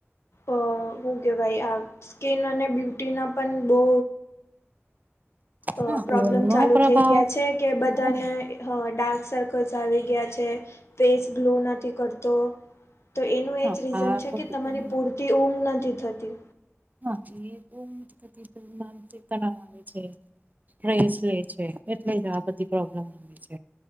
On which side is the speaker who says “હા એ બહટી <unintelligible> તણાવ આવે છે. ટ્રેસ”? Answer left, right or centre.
Right